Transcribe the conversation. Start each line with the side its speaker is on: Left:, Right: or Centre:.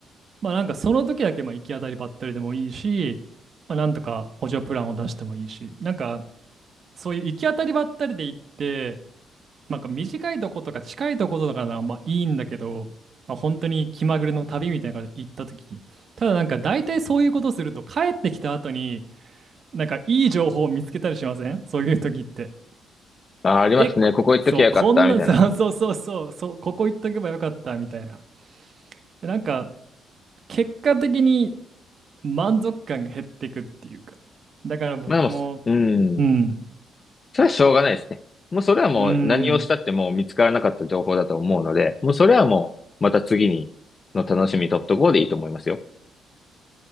Right: まあなんかその時だけまあ行き当たりばったりでもいいし、まあなんとか補助プランを出してもいいし、なんかそういう行き当たりばったりで行って、なんか短いとことか近いとことかならまあいいんだけど、まあ、本当に気まぐれの旅みたいなので行った時、ただなんか大体そういうことすると帰ってきた後に、なんかいい情報を見つけたりしませんそういう時って。
Left: あー、ありますね。
Right: え、
Left: ここ行っときゃよかった、
Right: そう、こんな、
Left: みたいな。
Right: <laughs> そうそうそうそう、そうここ行っとけばよかったみたいな。でなんか結果的に満足感が減っていくっていうか。だから僕も、
Left: まあでも、うん。
Right: うん、
Left: それはしょうがないですね。もうそれはもう何をしたってもう見つからなかった情報だと思うので、
Right: うん、
Left: もうそれはもうまた次にの楽しみ取っとこうでいいと思いますよ。